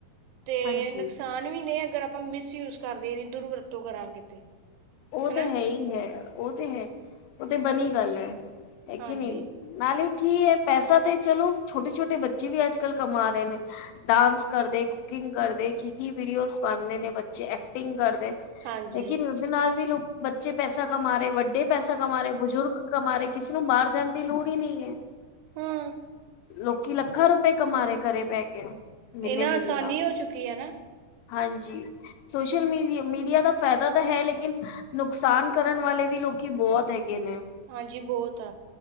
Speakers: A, on the right (about 80°); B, on the left (about 80°).
A: ਤੇ
B: ਹਾਂਜੀ
A: ਨੁਕਸਾਨ ਵੀ ਨੇ ਅਗਰ ਆਪਾਂ ਮਿਸਯੂਜ ਕਰਦੇ ਦੁਰ ਵਰਤੋਂ ਕਰਾਂਗੇ ਤੇ
B: ਉਹ
A: ਹਨਾ
B: ਤੇ ਹੈ ਹੀ ਹੈ ਉਹ ਤੇ ਹੈ ਉਹ ਤੇ ਬਣੀ ਗੱਲ ਹੈ ਹੈ
A: ਹਾਂਜੀ
B: ਕਿ ਨਹੀਂ ਨਾਲੇ ਕੀ ਹੈ ਪੈਸਾ ਤੇ ਚਲੋ ਛੋਟੇ ਛੋਟੇ ਬੱਚੇ ਵੀ ਅੱਜ ਕੱਲ ਕਮਾ ਰਹੇ ਨੇ ਡਾਂਸ ਕਰਦੇ ਕੁਕਿੰਗ ਕਰਦੇ ਕੀ ਕੀ ਵੀਡੀਓਜ਼ ਬਣਦੇ ਨੇ ਬੱਚੇ ਐਕਟਿੰਗ ਕਰਦੇ ਹੈ
A: ਹਾਂਜੀ
B: ਕੀ ਉਸਦੇ ਨਾਲ ਵੀ ਲੋਕ ਬੱਚੇ ਪੈਸਾ ਕਮਾ ਰਹੇ ਵੱਡੇ ਪੈਸਾ ਕਮਾ ਰਹੇ ਬਜ਼ੁਰਗ ਕਮਾ ਰਹੇ ਕਿਸੇ ਨੂੰ ਬਾਹਰ ਜਾਣ ਦੀ ਲੋੜ ਹੀ ਨਹੀਂ ਹੈ।
A: ਹਾਂ
B: ਲੋਕੀ ਲੱਖਾਂ ਰੁਪਏ ਕਮਾ ਰਹੇ ਘਰੇ ਬੈ ਕੇ ਮਹੀਨੇ
A: ਇਹ ਨਾ ਆਸਾਨੀ
B: ਦਾ
A: ਹੋ ਚੁੱਕੀ ਹੈ ਨਾ
B: ਹਾਂਜੀ ਸੋਸ਼ਲ ਮੀਡੀ ਮੀਡੀਆ ਦਾ ਫਾਇਦਾ ਤਾਂ ਹੈ ਲੇਕਿਨ ਲੇਕਿਨ ਨੁਕਸਾਨ ਕਰਨ ਵਾਲੇ ਵੀ ਲੋਕੀ ਬਹੁਤ ਹੈਗੇ ਨੇ
A: ਹਾਂਜੀ ਬਹੁਤ ਆ